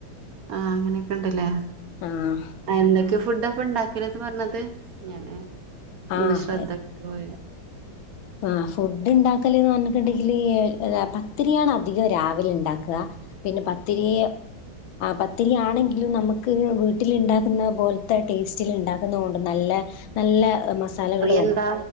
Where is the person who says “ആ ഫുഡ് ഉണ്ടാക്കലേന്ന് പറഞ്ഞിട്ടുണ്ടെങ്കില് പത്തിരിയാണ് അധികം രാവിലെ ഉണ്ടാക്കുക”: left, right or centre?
Left